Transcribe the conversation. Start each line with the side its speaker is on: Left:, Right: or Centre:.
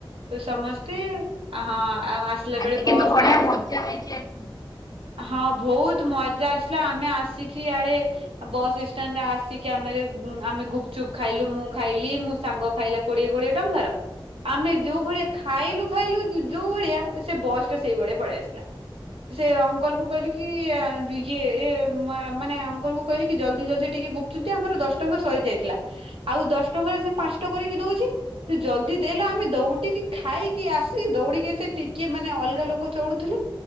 Right: ସମସ୍ତେ ହଁ। ଆ ଆସିଲା
Left: ଆଜି
Right: ବେଳେ ବସରେ
Left: କିନ୍ତୁ ବଢିଆ
Right: ଆସ
Left: ମଜା ହେଇଛି ଆଜି
Right: ହଁ ବହୁତ ମଜା ଆସିଲା ଆମେ ଆସିକି ଆଡେ ବସ୍ ଷ୍ଟାଣ୍ଡରେ ଆସିକି ଆମେ ଆମେ ଗୁପଚୁପ ଖାଇଲୁ ମୁଁ ଖାଇଲି ମୋ ସାଙ୍ଗ ଖାଇଲା କୋଡିଏ କୋଡିଏ ଟଙ୍କାର ଆମେ ଯୋଉ ଭଳିଆ ଖାଇଲୁ ଖାଇଲୁ ଯୋଉ ଭଳିଆ ସେ ବସ୍ ଟା ସେଇ ଭଳିଆ ପଳେଇ ଆସିଲା। ସେ ଅଙ୍କଲକୁ କହିଲୁ କି ଆ ଇଏ ଏ ମାନେ ଅଙ୍କଲ କହିଲି ଜଲଦି ଜଲଦି ଟିକେ ଗୁପଚୁପ ଦିଅ ଆମର ଦଶ ଟଙ୍କା ସରିଯାଇଥିଲା। ଆଉ ଦଶ ଟଙ୍କାରେ ସେ ପାସ୍ ଟ କରିକି ଦଉଛି ସେ ଜଲଦି ଦେଲା ଆମେ ଦୌଡିକି ଖାଇକି ଆସି ଦୌଡିକି ଆସି ଟିକେ ମାନେ ଅ ଅଲଗା ଲୋକ ଚଢୁଥିଲେ